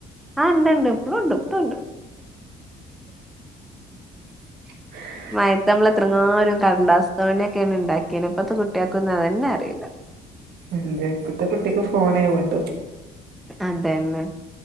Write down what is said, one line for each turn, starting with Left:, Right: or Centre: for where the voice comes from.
Centre: ആ് ണ്ട് ണ്ട് ഇപ്പളുണ്ട് ഇപ്പളു ണ്ട്.
Right: <inaudible>
Centre: മയത്ത് മ്മ്ള് എത്രങ്ങാനും കട്ലാസ് തോണിയൊക്കെയാണ് ഉണ്ടാക്കിന് ഇപ്പത്തെ കുട്ടികക്കൊന്നും അതന്നെ അറിയില്ല
Right: ഇല്യ ഇപ്പഴത്തെ കുട്ടിക്ക് ഫോണേ വേണ്ടു
Centre: അതന്നെ